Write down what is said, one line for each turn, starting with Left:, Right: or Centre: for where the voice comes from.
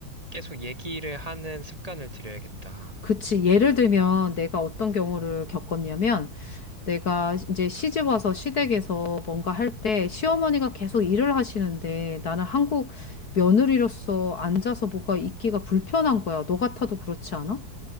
Right: 계속 얘기를 하는 습관을 들여야겠다.
Left: 그치. 예를 들면 내가 어떤 경우를 겪었냐면 내가 이제 시집 와서 시댁에서 뭔가 할 때 시어머니가 계속 일을 하시는데 나는 한국 며느리로서 앉아서 뭐가 있기가 불편한 거야. 너 같아도 그렇지 않아?